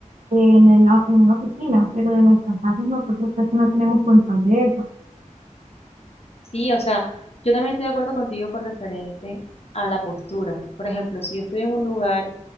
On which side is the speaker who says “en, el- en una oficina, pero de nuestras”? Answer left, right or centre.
Right